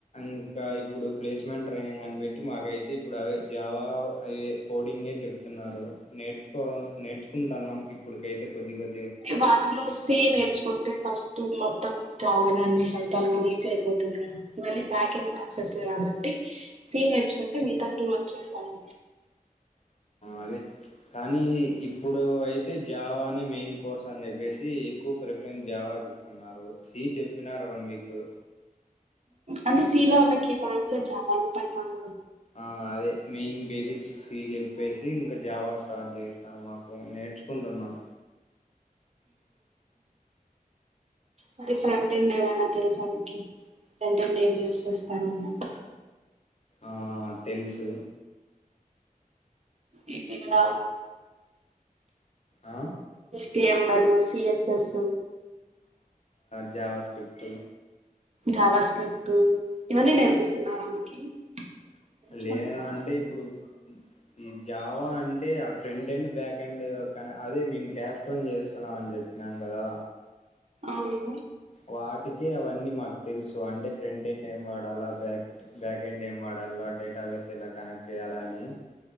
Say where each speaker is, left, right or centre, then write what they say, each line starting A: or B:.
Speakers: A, on the left (about 50°); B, on the right (about 50°).
A: ఇంకా ఇప్పుడు ప్లేస్మెంట్ ట్రైనింగ్ అని పెట్టి మాకైతే ఇప్పుడు అవే జావా అవి కోడింగే చెప్తున్నారు నేర్చుకో నేర్చుకుంటున్నాం ఇప్పుడుకైతే కొద్ది కొ
B: వాటిలో సీ నేర్చుకుంటే ఫస్ టూ మొత్తం జావా గాని పైతాన్ గానీ ఈజీ అయిపోతుంది కదా ఇవన్నీ ప్యాక్ంగ్ ప్రాసెస్ కాబట్టి సీ నేర్చుకుంటే మిగితా టు వచ్చేస్తాయి
A: అదే కానీ ఇప్పుడు అయితే జావా నే మెయిన్ కోర్స్ అని చెప్పేసి ఎక్కువ ప్రిఫరెన్స్ జావాకి ఇస్తున్నారు సి చెప్పినారు వన్ వీక్
B: అంటే సీలో ఉన్న కీ పాయింట్స్ ఏ చాలా లోపయితాన్
A: ఆ అదే మెయిన్ బే సిక్స్ సి చెప్పేసి ఇంకా జావా స్టార్ట్ చేసినారు మాకు నేర్చుకుంటున్నాం
B: మరి ఫ్రెంట్ అండ్ ఏమైనా తెలుసామికి ఫ్రెం అండ్ ఏమి యూస్ చేస్తారు అన్నట్టు
A: ఆ తెలుసు
B: ఏ ఎలా
A: ఆ
B: థి M L CSS
A: JavaScript
B: JavaScript ఇవన్నీ నేర్పిస్తున్నార మీకి నేర్చుకుంటున్నారా
A: లే అంటే ఇప్పుడు ఈ జావా అంటే, ఆ ఫ్రంట్ అండ్ బ్యాక్ అండ్ కన అదే మేము క్యాబ్ స్టోన్ చేస్తున్నాం అని చెప్పినాం కదా.
B: అవును
A: వాటి కే అవన్నీ మాకు తెలుసు అంటే ఫ్రంట్ ఎండ్ ఏం వాడాలా? బ్యాక్ బ్యాక్ ఎండ్ ఏం వాడాలా? డేటాబేస్ ఎలా కనెక్ట్ చేయాలని?